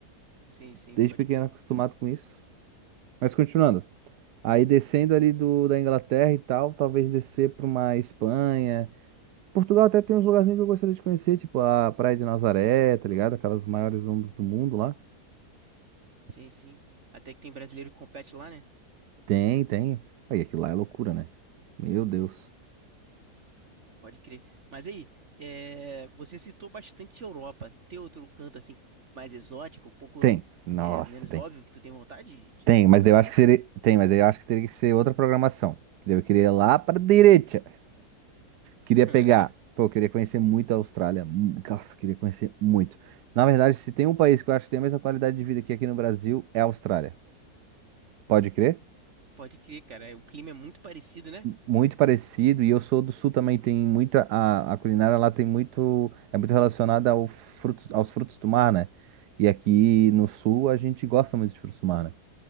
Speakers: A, on the right; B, on the right.
A: Sim, sim,
B: desde
A: pode
B: pequeno
A: crer.
B: acostumado com isso. Mas continuando. Aí descendo ali do, da Inglaterra e tal, talvez descer para uma Espanha. Portugal até tem uns lugarzinhos que eu gostaria de conhecer, tipo a Praia de Nazaré, tá ligado? Aquelas maiores ondas do mundo lá.
A: Sim, sim. Até que tem brasileiro que compete lá, né?
B: Tem, tem. Aí aquilo lá é loucura, né? Meu Deus.
A: Pode crer. Mas aí, é, você citou bastante Europa. Tem outro canto assim mais exótico, um pouco
B: Tem. Nossa,
A: é, menos
B: tem.
A: óbvio que tu tem vontade de
B: Tem,
A: de
B: mas
A: conhecer?
B: eu acho que seria. Tem, mas eu acho que teria que ser outra programação. Que daí Eu queria ir lá para direita. Queria
A: <laughs> Ah,
B: pegar.
A: tá.
B: Pô, eu queria conhecer muito a Austrália. Hum, Nossa, queria conhecer muito. Na verdade, se tem um país que eu acho que tem a mesma qualidade de vida que aqui no Brasil, é a Austrália. Pode crer?
A: Pode crer, cara. O clima é muito parecido, né?
B: Muito parecido. E eu sou do Sul também. Tem muita. A, a culinária lá tem muito. É muito relacionada ao frutos, aos frutos do mar, né? E aqui no Sul a gente gosta muito de frutos do mar, né?